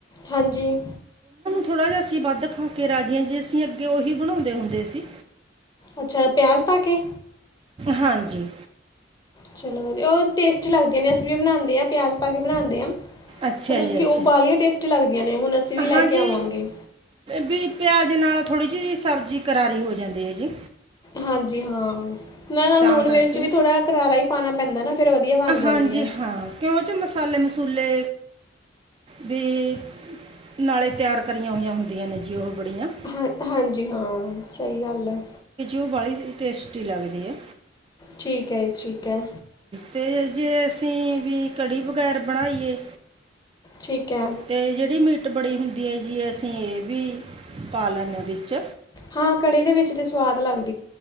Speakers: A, on the left (about 20°); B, on the right (about 30°).
A: ਹਾਂਜੀ।
B: ਥੋੜ੍ਹਾ ਜਿਹਾ ਅਸੀਂ ਵੱਧ ਖਾ ਕੇ ਰਾਜੇ ਜੇ ਅਸੀਂ ਅੱਗੇ ਉਹੀ ਬਣਾਉਂਦੇ ਹੁੰਦੇ ਸੀ।
A: ਅੱਛਾ ਪਿਆਜ ਪਾ ਕੇ?
B: ਹਾਂਜੀ।
A: ਚਲੋ ਉਹ ਟੇਸਟੀ ਲੱਗਦੇ ਨੇ। ਅਸੀਂ ਵੀ ਬਣਾਉਂਦੇ ਹਾਂ ਪਿਆਜ ਪਾ ਕੇ ਬਣਾਉਂਦੇ ਹਾਂ।
B: ਅੱਛਾ
A: ਮਤਲਬ
B: ਜੀ
A: ਕਿ
B: ਅੱਛਾ
A: ਉਹ ਬਾਹਲੀਆਂ ਟੇਸਟੀ ਲੱਗਦੀਆਂ ਨੇ ਹੁਣ ਅਸੀਂ ਵੀ ਲੈ
B: ਹਾਂਜੀ
A: ਕੇ ਆਵਾਂਗੇ।
B: ਵੀ ਪਿਆਜ ਨਾਲ ਥੋੜੀ ਜਿਹੀ ਸਬਜ਼ੀ ਕਰਾਰੀ ਹੋ ਜਾਂਦੀ ਹੈ ਜੀ।
A: ਹਾਂਜੀ ਹਾਂ ਉਹ ਨਾਲ
B: ਤਾਂ
A: ਨੋਨ
B: ਕਰਕੇ
A: ਵੈਜ ਚ ਵੀ ਥੋੜ੍ਹਾ ਕਰਾਰਾ ਹੀ ਪਾਉਣਾ ਪੈਂਦਾ ਨਾ। ਫਿਰ ਵਧੀਆ ਬਣ ਜਾਂਦੀ
B: ਹਾਂਜੀ
A: ਆ
B: ਹਾਂ ਕਿਉਂ ਚ ਮਸਾਲੇ ਮਸ ਚੁਲੇ ਵੀ ਨਾਲੇ ਤਿਆਰ ਕਰੀਆਂ ਹੋਈਆਂ ਹੁੰਦੀਆਂ ਨੇ ਜੀ ਉਹ। ਬੜੀਆਂ
A: ਹਾਂ ਹਾਂਜੀ ਹਾਂ ਸਹੀ ਗੱਲ ਹੈ।
B: ਬੜੀ ਟੇਸਟੀ ਲੱਗਦੀ ਹੈ।
A: ਠੀਕ ਹੈ। ਠੀਕ ਹੈ।
B: ਤੇ ਜੇ ਅਸੀਂ ਵੀ ਕੜੀ ਵਗੈਰ ਬਣਾਈਏ
A: ਠੀਕ ਹੈ
B: ਤੇ ਜਿਹੜੀ ਮੀਟ ਬੜੀ ਹੁੰਦੀ ਹੈ ਜੀ ਅਸੀਂ ਇਹ ਵੀ ਪਾ ਲੈਂਦੇ ਹਾਂ ਵਿੱਚ
A: ਹਾਂ ਕੜੀ ਦੇ ਵਿੱਚ ਤੇ ਸਵਾਦ ਲੱਗਦਾ